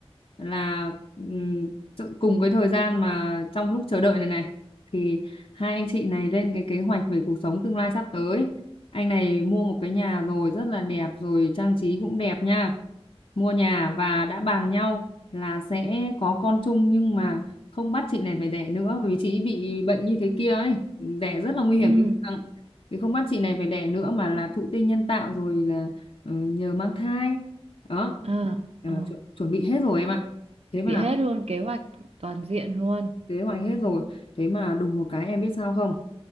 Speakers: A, on the left; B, on the right.
A: là ừm, tự- cùng cái thời gian mà trong lúc chờ đợi này này thì hai anh chị này lên cái kế hoạch về cuộc sống tương lai sắp tới anh này mua một cái nhà rồi rất là đẹp rồi trang trí cũng đẹp nha mua nhà và đã bàn nhau là sẽ có con chung nhưng mà không bắt chị này phải đẻ nữa bởi vì chị ấy bị bệnh như thế kia ấy đẻ rất là nguy
B: Ừ,
A: hiểm tính mạng thì không bắt chị này phải đẻ nữa mà là thụ tinh nhân tạo rồi là ừ, nhờ mang thai đó
B: à,
A: Ờ,
B: ờ.
A: chu- chuẩn bị hết rồi em ạ thế
B: Chuẩn
A: mà
B: bị hết luôn kế hoạch toàn diện luôn.
A: kế hoạch hết rồi thế mà đùng một cái em biết sao không